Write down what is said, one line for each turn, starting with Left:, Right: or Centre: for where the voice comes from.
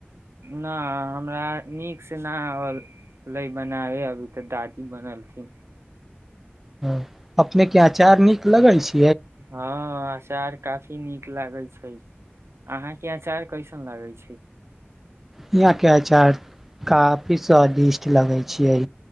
Right: ना हमरा नीकसँ नहि अलै बनाबे अभी तऽ दादी बनलखिन
Centre: ह अपनेके अचार नीक लगैत छै
Right: हाँ अचार काफी नीक लागे छै अहाँ के अचार कैसन लागे छै
Centre: यहाँ के अचार काफी स्वादिष्ट लगे छिये